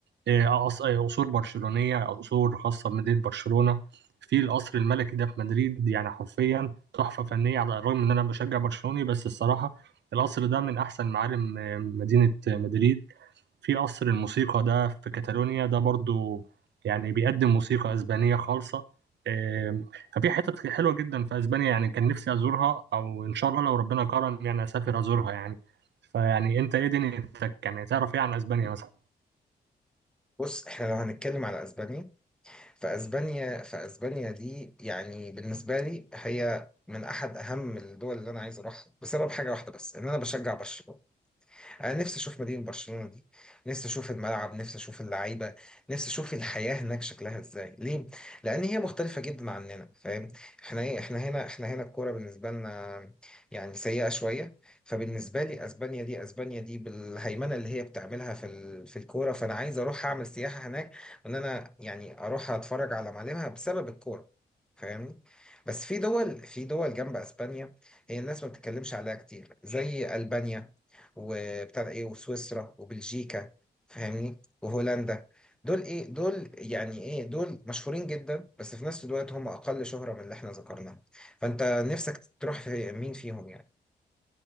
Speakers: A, on the right; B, in the centre.
A: آه، آه، قص- آه، قصور برشلونية قصور خاصة بمدينة برشلونة في القصر الملكي ده في مدريد يعني حرفيا تحفة فنية على الرغم إن أنا بشجع برشلوني بس الصراحة القصر ده من أحسن معالم آه، مدينة آه، مدريد في قصر الموسيقى ده في كاتالونيا ده برضو يعني بيقدم موسيقى أسبانية خالصة آم، ففي حتت حلوة جدا في أسبانيا يعني كان نفسي أزورها أو إن شاء الله لو ربنا كرم يعني أسافر أزورها يعني فيعني أنت إيه دنيتك يعني تعرف إيه عن أسبانيا مثلا
B: بص احنا لو هنتكلم على اسبانيا فاسبانيا فاسبانيا دي يعني بالنسبه لي هي من احد اهم الدول اللي انا عايز اروحها بسبب حاجه واحده بس ان انا بشجع برشلونه انا نفسي اشوف مدينه برشلونه دي نفسي اشوف الملعب نفسي اشوف اللعيبه نفسي اشوف الحياه هناك شكلها ازاي ليه لان هي مختلفه جدا عننا فاهم احنا ايه احنا هنا احنا هنا الكوره بالنسبه لنا يعني سيئه شويه فبالنسبه لي اسبانيا دي اسبانيا دي بالهيمنه اللي هي بتعملها في ال... في الكوره فانا عايز اروح اعمل سياحه هناك وان انا يعني اروح اتفرج على معالمها بسبب الكوره فاهمني بس في دول في دول جنب اسبانيا هي الناس ما بتتكلمش عليها كتير زي البانيا وبتاع ده ايه وسويسرا وبلجيكا فاهمني وهولندا دول ايه دول يعني ايه دول مشهورين جدا بس في نفس الوقت هم اقل شهرة من اللي احنا ذكرناها فانت نفسك تروح في مين فيهم يعني